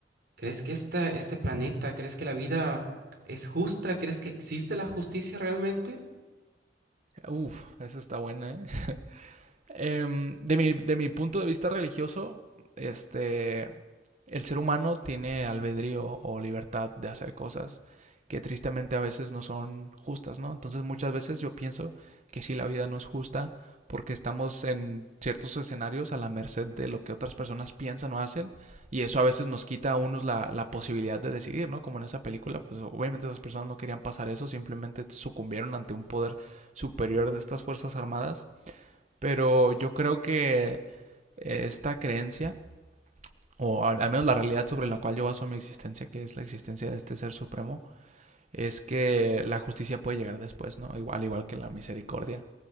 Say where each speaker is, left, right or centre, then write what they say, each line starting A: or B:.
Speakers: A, on the right; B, on the right.
A: crees que esta, este planeta, crees que la vida es justa? ¿Crees que existe la justicia realmente?
B: Uf, esa está buena, ¿eh? <laughs> Em, de mi, de mi punto de vista religioso, este, El ser humano tiene albedrío o libertad de hacer cosas que tristemente a veces no son justas, ¿no? Entonces muchas veces yo pienso que sí, la vida no es justa porque estamos en ciertos escenarios a la merced de lo que otras personas piensan o hacen y eso a veces nos quita a unos la, la posibilidad de decidir, ¿no? Como en esa película, pues obviamente esas personas no querían pasar eso, simplemente sucumbieron ante un poder superior de estas Fuerzas Armadas, pero yo creo que esta creencia o al, al menos la realidad sobre la cual yo baso mi existencia, que es la existencia de este ser supremo, es que la justicia puede llegar después, ¿no? Igual, igual que la misericordia.